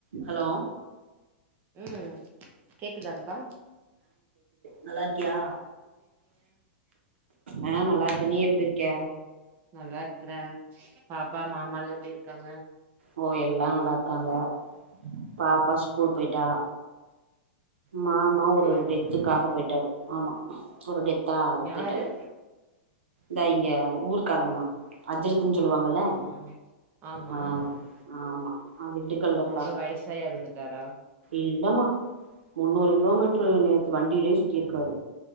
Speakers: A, on the right; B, on the right.
A: Hello
B: உம் கேக்குதான்க்கா
A: நல்லாருக் கியா ஆஹ் நல்லா இருக்க நீ எப்டி இருக் க
B: நல்லா இருக்கற பாப்பா மாமால்லா எப்டி இருக்காங்க
A: ஓ எல்லா நல்லா இருக்காங்க பாப் பா ஸ்கூல் போய்ட்டா
B: ம்
A: மாமா
B: அப்டியா
A: ஒரு டெத்துக்காக போயிட்டாரு ஆமா ஒரு டெத் தா அதுக்
B: யாரு
A: போய்டாரு தா இங்க ஊர்க்காரங்கதா அஜ்ரித் த்துன்னு சொல்லுவாங்கல்ல
B: ஆ ஆமா
A: ஆஹ் ஆமா அது திண்டுக்கல்ல
B: ரொம்ப வயசாயு எறந்துட்டாரா
A: இல்லம்மா முன்னூறு
B: ம்
A: கிலோமீட்டரு நேத் வண்டியிலே சுத்திருக்காரு